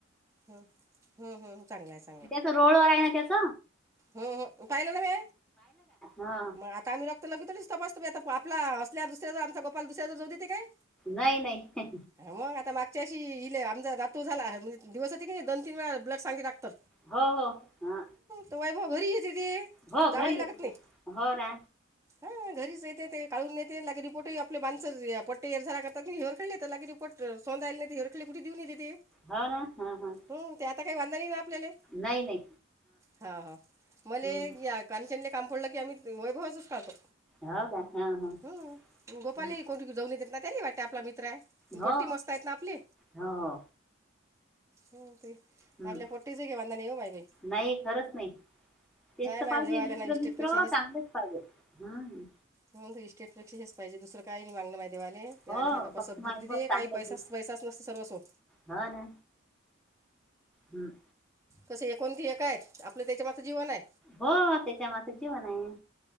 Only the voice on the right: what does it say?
हुं हुं हू चांगल्याच
ह ह पहिले नवे
मग आता आम्ही र तर लगेतोडेच तपासतो बाई आता आपला असल्या दुसऱ्या आमचा गोपाल दुसऱ्याजवळ जाऊ देते काय
मग आता मागच्यावर्षी इले आमचा नातू झाला दिवस जाते की नाही दोन तीन वेळा ब्लड सांगते डॉक्टर
तो वैभव घरी येते ते
जावं
ही लागत
नाही.
हा घरीच येते ते काढून नेते, लगे रिपोट आपले बनसर पोटे येर झारा करतात काढले तर लगे रिपोर्ट सोंध्याले ते कुठे देऊन येते ते
ह ते आता काही वांदा नाही ना आपल्याले
हा हा मला
या कांचनने काम पडलं की आम्ही वैभवाच काढतो.
हुं गोपाल
ही कोणती जाऊन येतेत ना त्यानी वाटते आपला मित्र आहे.
पोट्टी मस्त आहेत ना आपली
ह त
आपल्या पोट्टीच घे बांधा नाही येऊ माहि बी
माय
देवाला
ना इस्टेटपेक्षा
हो इ स्टेटपेक्ष हेच पाहिजेुरं काय नाही वागण माेवाले ते
आले ना बा्पा
सद्बुद्धी
दे
काही पैसाच
पैसाच नसते सर्व सो
तस एकोण की एकय आपलं त्याच्या मात जीवन आहे